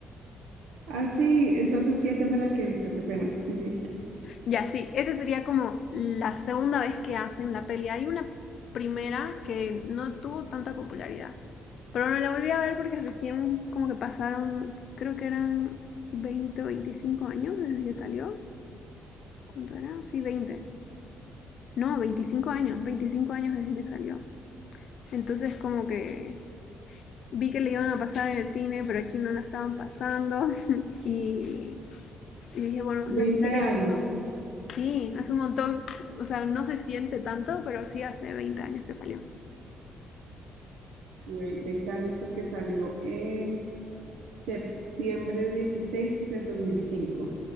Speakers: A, on the right; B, on the left.
A: Ah, sí, entonces sí, esa es la que he visto, qué pena. Sí, sí.
B: Ya, sí, esa sería como la segunda vez que hacen la peli. Hay una primera que no tuvo tanta popularidad, pero no la volví a ver porque recién como que pasaron, creo que eran 20 o 25 años desde que salió. ¿Cuánto era? Sí, 20 No, 25 años, 25 años desde que salió. Entonces como que vi que le iban a pasar en el cine, pero aquí no la estaban pasando <laughs> y Y dije, bueno,
A: Veinte
B: la miraré
A: años.
B: de nuevo. Sí, hace un montón, o sea, no se siente tanto, pero sí hace 20 años que salió.
A: y 20 años porque salió en septiembre 16 del 2005.